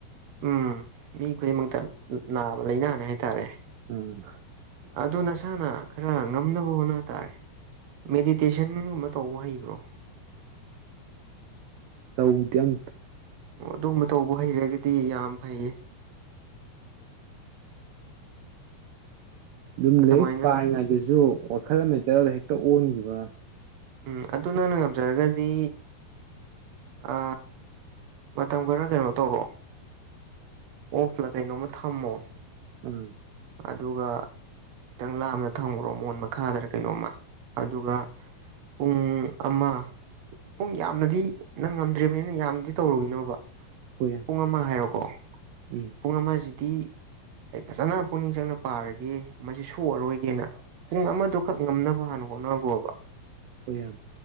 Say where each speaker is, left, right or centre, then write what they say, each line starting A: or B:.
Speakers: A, on the right (about 65°); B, on the right (about 80°).
A: ꯎꯝ ꯃꯤ ꯈꯨꯗꯤꯡꯃꯛꯇ ꯅꯥꯕ ꯂꯩꯏꯅꯥꯅꯦ ꯍꯥꯏꯇꯔꯦ
B: ꯎꯝ
A: ꯑꯗꯨ ꯅꯁꯥꯅ ꯈꯔ ꯉꯝꯅꯕ ꯍꯣꯠꯅ ꯇꯥꯔꯦ ꯃꯦꯗꯤꯇꯦꯁꯟꯒꯨꯝꯕ ꯇꯧꯕ ꯍꯩꯕ꯭ꯔꯣ
B: ꯇꯧꯗꯦ ꯑꯝꯇ
A: ꯑꯣ ꯑꯗꯨꯒꯨꯝꯕ ꯇꯧꯕ ꯍꯩꯔꯒꯗꯤ ꯌꯥꯝ ꯐꯩꯌꯦ
B: ꯑꯗꯨꯝ
A: ꯑꯗꯨꯃꯥꯏꯅ
B: ꯂꯥꯏꯔꯤꯛ ꯄꯥꯏꯔꯤꯉꯩꯗꯁꯨ ꯋꯥꯈꯜ ꯑꯃꯗ ꯍꯦꯛꯇ ꯑꯣꯟꯈꯤꯕ
A: ꯎꯝ ꯑꯗꯨ ꯅꯪꯅ ꯉꯝꯖꯔꯒꯗꯤ ꯑ ꯃꯇꯝ ꯈꯔ ꯀꯩꯅꯣ ꯇꯧꯔꯣ ꯑꯣꯐ ꯂꯥ ꯀꯩꯅꯣꯝꯃ ꯊꯝꯃꯣ
B: ꯎꯝ
A: ꯑꯗꯨꯒ ꯈꯤꯇꯪ ꯂꯥꯞꯅ ꯊꯝꯈꯨꯔꯣ ꯃꯣꯟ ꯃꯈꯥꯗꯔ ꯀꯩꯅꯣꯝꯃ ꯑꯗꯨꯒ ꯄꯨꯡ ꯑꯃ ꯄꯨꯡ ꯌꯥꯝꯅꯗꯤ ꯅꯪ ꯉꯝꯗ꯭ꯔꯤꯕꯅꯤꯅ ꯌꯥꯝꯅꯗꯤ ꯇꯧꯔꯨꯒꯤꯅꯣꯕ
B: ꯍꯣꯏ ꯌꯥꯝ
A: ꯄꯨꯡ ꯑꯃ ꯍꯥꯏꯔꯣꯀꯣ
B: ꯎꯝ
A: ꯄꯨꯡ ꯑꯃꯁꯤꯗꯤ ꯑꯩ ꯐꯖꯅ ꯄꯨꯛꯅꯤꯡ ꯆꯪꯅ ꯄꯥꯔꯒꯦ ꯃꯁꯤ ꯁꯣꯛꯑꯔꯣꯏꯒꯦꯅ ꯄꯨꯡ ꯑꯃꯗꯨꯈꯛ ꯉꯝꯅꯕ ꯍꯥꯟꯅ ꯍꯣꯠꯅꯒꯣꯕ
B: ꯍꯣꯏ ꯏꯌꯝꯕ